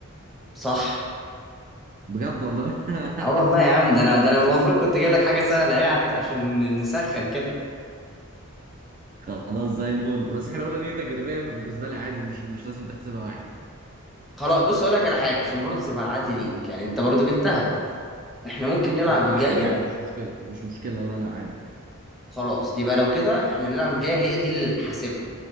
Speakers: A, in the centre; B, on the right (about 40°).
A: صح
B: بجد والله <laughs>
A: اه والله يا عم ده انا ده انا المفروض كنت جايب لك حاجه سهله يعني عشان نسخن كده
B: خلاص زي الفل بس احنا قلنا دي تجريبية فبالنسبة لي عادي مش مش لازم تحسبها واحد
A: خلاص بص اقول لك على حاجه عشان برضه تبقى عدل ليك يعني انت برضه جبتها احنا ممكن نلعب
B: لا لا
A: الجايه
B: عادي عادي مش مشكلة مش مشكلة لا لا عادي
A: خلاص دي بقى لو كده احنا نلعب الجايه هي دي الحاسمه